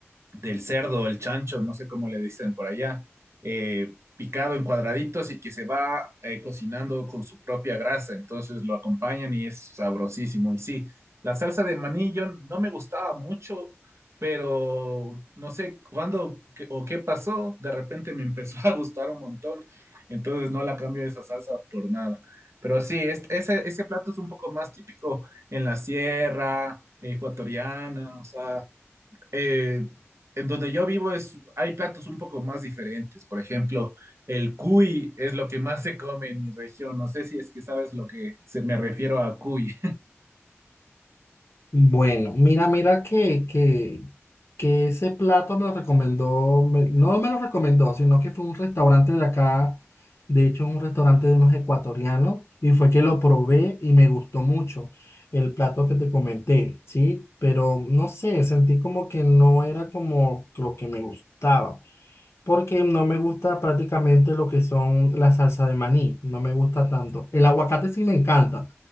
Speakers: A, on the right; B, on the left.
A: del cerdo, el chancho, no sé cómo le dicen por allá, eh, picado en cuadraditos y que se va eh, cocinando con su propia grasa. Entonces lo acompañan y es sabrosísimo. Y sí, la salsa de maní yo no me gustaba mucho, pero no sé cuándo qué- o qué pasó, de repente me empezó <laughs> a gustar un montón. Entonces no la cambio esa salsa por nada. Pero sí, es- ese, ese plato es un poco más típico en la sierra ecuatoriana, o sea eh, en donde yo vivo es, hay platos un poco más diferentes. Por ejemplo, el cuy es lo que más se come en mi región. No sé si es que sabes lo que se me refiero a cuy.
B: Bueno, mira, mira que, que, que ese plato me lo recomendó, me- no me lo recomendó, sino que fue un restaurante de acá, de hecho es un restaurante de unos ecuatorianos, y fue que lo probé y me gustó mucho el plato que te comenté, ¿sí? Pero no sé, sentí como que no era como lo que me gustaba porque no me gusta prácticamente lo que son la salsa de maní, no me gusta tanto. El aguacate sí me encanta,